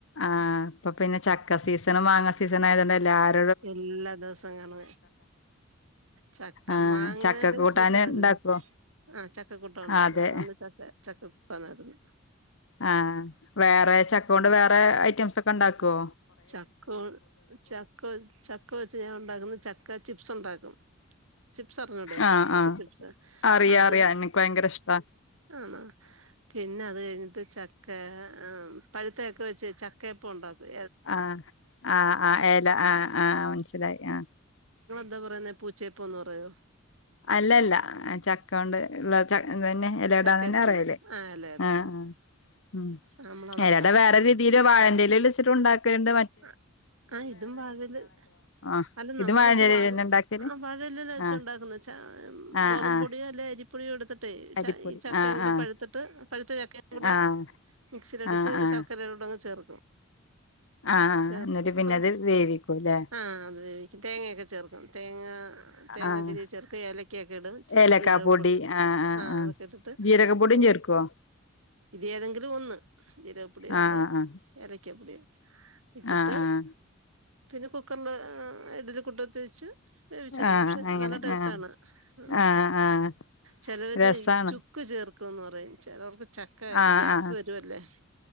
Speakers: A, on the left; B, on the right.
A: ആ ഇപ്പൊപ്പിന്നെ ചക്ക സീസ് ണും മാങ്ങസീസണും ആയതുകൊണ്ട് എല്ലാര്
B: എല്ലാ ദവസോം ഞമ്മ ചക്ക
A: ആഹ്
B: മാങ്ങാടെ
A: ചക്ക കൂട്ടാന്
B: സീസണല്ലേ
A: ഉണ്ടാക്കുവോ
B: ആ ചക്കക്കൂട്ടാൻ ഒണ്ടാക്കും
A: അതെ
B: ഞങ്ങള് ചക്ക ചക്കക്കൂട്ടാനാര്ന്നു.
A: ആ വേറെ ചക്ക കൊണ്ട് വേറെ അയ് റ്റംസൊക്കെണ്ടാക്കോ?
B: ചക്കോണ് ചക്കവെ ചക്ക വെച്ച് ഞാൻ ഒണ്ടാക്കുന്നെ ചക്ക ചിപ്സ് ഒണ്ടാക്കും ചിപ്സ് അറിഞ്ഞൂടെ
A: ആഹ്
B: ചക്ക
A: ആഹ്
B: ചിപ്സ്
A: അറിയാം
B: അത്
A: അറിയാം എനിക്ക് ഭയങ്കര ഇഷ്ടാ
B: ആണോ പിന്നെ അത് കഴിഞ്ഞിട്ട് ചക്കാ ആ പഴുത്തചക്ക വെച്ച് ചക്കെയപ്പം ഒണ്ടാക്കും
A: ആ ആ ആ ഏല ആ ആ മൻസ്സിലായി ആ
B: ന്താ പറയുന്നെ പൂച്ചയപ്പോന്ന് പറയോ
A: അല്ല അല്ല എ ചക്കോണ്ട് എന്താ ച ഇതെന്നെ എല അടാന്നെന്നെ
B: ചക്കയപ്പംന്ന്
A: പറയെല്
B: ആ ഇലയട
A: ആ ആ ഉം
B: നമ്മളതുണ്ടാക്കും
A: എല അട വെറെ രീതിയിൽ വാഴന്റെ എലെൽ വെച്ചിട്ടും ഉണ്ടാക്കൽ ഇണ്ട്
B: അ ആ ഇതും വാഴെൽ
A: ആഹ്
B: അല്ല നമ്മളിത്
A: ഇത് വാഴന്റെലേലെന്നെ
B: വാഴ
A: ഉണ്ടാക്കല്
B: ആ വാഴ എലെൽ വെച്ചും
A: ആഹ്
B: ഉണ്ടാക്കും എന്നു വെച്ചാ അം
A: ആഹ്
B: ഗോതമ്പ്
A: ആഹ്
B: പൊടിയാലെ അ പൊടിയോ എടുത്തിട്ടേ
A: അരിപ്പൊടി
B: ച ഈ ചക്കയും
A: ആഹ്
B: കൂടെ
A: ആഹ്
B: പഴുത്തിട്ട് പഴുത്ത ചക്കയും കൂടെ
A: ആഹ്
B: മിക്സിലടിച്ച്
A: ആഹ് ആഹ്
B: ശർക്കരടെടങ്ങ് ചേർ
A: ആഹ് ആഹ്
B: ചേർക്ക
A: എന്നിട്ട്
B: അപ്പം
A: പിന്നെ അത് വേവിക്കൂല്ലേ
B: ആ അത് വേവിക്കും തേങ്ങയൊക്കെ ചേർക്കും തേങ്ങ തേങ്ങാ
A: ആഹ്
B: ചിരവി ചേർക്ക ഏലക്കൊക്കെ ഇടും ഇച്ചിരി
A: ഏലക്കാ
B: ജീരകപ്പൊടും
A: പൊടി ആഹ് ആഹ്
B: ആ
A: ആഹ്
B: അതൊക്കെ ഇട്ടിട്ട്
A: ജീരകപ്പൊടിയും
B: പിന്നെ
A: ചേർക്കുവോ
B: ഇത് ഏതെങ്കിലും ഒന്ന് ജീരകപ്പൊടിയോ
A: ആഹ്
B: അല്ലേ
A: ആഹ്
B: ഏലക്കപ്പൊടിയോ ഇട്ടട്ട്
A: ആഹ് ആഹ്
B: പിന്നെ കുക്കറിൽ ഇടലികുട്ടത്തി വെച്ച് വേവിച്ചെടുക്കും
A: ആഹ്
B: പക്ഷെ
A: അങ്ങനെ
B: നല്ല ടേസ്റ്റാണ്
A: ആഹ്
B: ഉം
A: ആഹ് ആഹ്
B: ചെലവര്
A: രസാണ്
B: ഇ ചുക്ക് ചേർ ക്ക് ന്ന് റയ് ചിലവർക്ക് ചക്ക
A: ആഹ്
B: ഗ്യാസ്
A: ആഹ്
B: വരുവല്ലേ